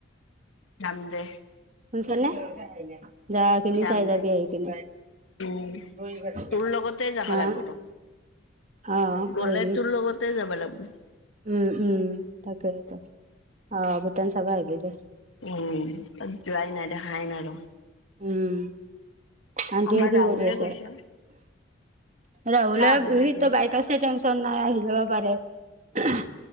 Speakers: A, on the left; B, on the right.
A: যাম দে।
B: শুনছিলা নে? যখ কিনি
A: যাম
B: চাইজাবি
A: দে
B: আহি কিনে
A: উম
B: <unintelligible>
A: তোৰ লগতে যাবা
B: হা
A: লাগব ত
B: অ',
A: গ'লে
B: আহিবি
A: তোৰ লগতে যাব লাগবো।
B: উম উম, তাকে ত অ ভুটান চাব আহিব দে।
A: উম তাত যোৱাই নাই দেখাই ন ৰ।
B: উম আনটিও
A: আমাৰ
B: কি
A: ৰাহুলে
B: কৰি আছে?
A: গৈছে
B: ৰাহুলে
A: চাহ বনাইছে
B: <unintelligible> বাইক আছে টেনচন নাই আহি যাব পাৰে।